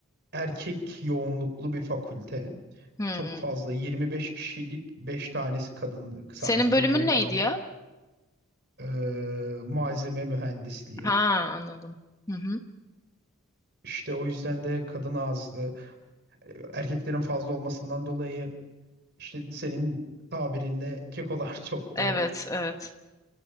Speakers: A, on the right; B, on the left.
A: erkek yoğunluklu bir fakülte.
B: Hmm.
A: Çok fazla 25 kişilik 5 tanesi kadındı sadece
B: Senin bölümün
A: geri
B: neydi
A: kalan
B: ya?
A: e, malzeme mühendisliği.
B: Ha anladım. Hı hı.
A: İşte o yüzden de kadın azdı. E, Erkeklerin fazla olmasından dolayı işte senin tabirinle kekolar <laughs> çoktu.
B: Evet, evet.